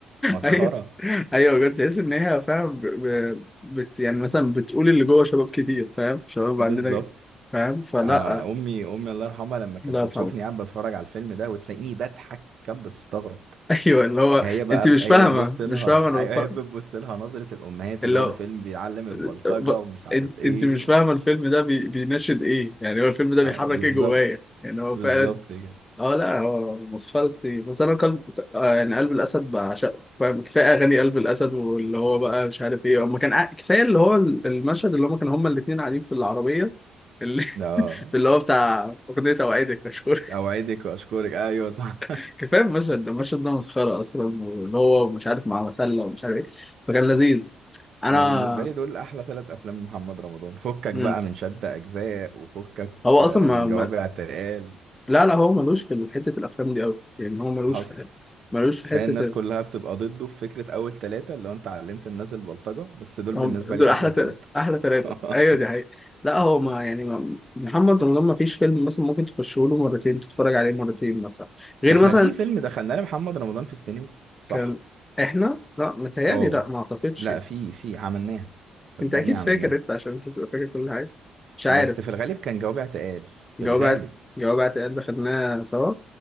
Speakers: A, on the right; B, on the left.
A: مسخرة
B: ايوه ايوه بجد تحس ان هي فاهم ب... ب... بت... يعني مثلا بتقول اللي جوه شباب كتير فاهم شباب
A: بالظبط
B: عندنا فاهم فلا
A: أنا أمي أمي الله يرحمها لما كانت
B: الله يرحمه
A: بتشوفني قاعد بتفرج على الفيلم ده وتلاقيني بضحك كانت بتستغرب
B: <laughs> ايوه اللي هو
A: هي بقى
B: انت مش
A: هي
B: فاهمه
A: بتبص لها
B: مش فاهمه انا
A: ايوه
B: بتفرج
A: هي بتبص لها نظرة الأمهات
B: اللي
A: اللي هو
B: هو
A: ده فيلم بيعلم البلطجة
B: ب...
A: ومش عارف ايه
B: انت مش
A: و...
B: فاهمه الفيلم ده بي... بيناشد ايه يعني هو الفيلم ده بيحرك
A: اه بالظبط
B: ايه جوايا يعني هو
A: بالظبط
B: فعلا
A: كده
B: اه لا هو مصفلسي بس انا قلب آه يعني قلب الاسد بعشقه فاهم كفايه اغاني قلب الاسد واللي هو بقى مش عارف ايه اما كان قاعد- كفايه اللي هو المشهد اللي هم كانوا هم الاثنين قاعدين في العربيه اللي,
A: اه
B: <laughs> اللي هو بتاع اغنيه اوعدك مشهور
A: اوعدك واشكرك ايوه صح
B: <laughs> كفايه المشهد ده المشهد ده مسخره اصلا واللي هو مش عارف مع مسله ومش عارف ايه فكان لذيذ
A: <laughs>
B: انا
A: انا بالنسبة لي دول احلى ثلاث افلام لمحمد رمضان فكك
B: مم.
A: بقى من شد اجزاء وفكك
B: هو اصلا
A: آه،
B: ما...
A: من
B: ما...
A: جوابع تقال
B: لا لا هو ملوش في حته الافلام دي قوي يعني هو ملوش
A: حصل
B: في ملوش في حته
A: فهي الناس كلها بتبقى ضده في فكرة اول ثلاثة اللي هو انت علمت الناس البلطجة بس دول
B: هم
A: بالنسبة
B: دول
A: لي
B: احلى
A: احلى
B: تل...
A: ثلاثة
B: احلى ثلاثه
A: <laughs>
B: ايوه دي حقيقة لا هو ما يعني ما... محمد رمضان ما فيش فيلم مثلا ممكن تخشه له مرتين تتفرج عليه مرتين مثلا غير
A: احنا
B: مثلا
A: في فيلم دخلناه لمحمد رمضان في السينما صح
B: كان احنا لا متهيألي
A: اه
B: لا ما اعتقدش
A: لا
B: يعني.
A: في في عملناها صدقني
B: انت اكيد
A: عملناها
B: فاكر انت عشان انت تبقى فاكر كل حاجه مش عارف
A: بس في الغالب كان جوابي اعتقال في
B: جواب
A: الغالب
B: اعت- جواب اعتقاد ده خدناه سوا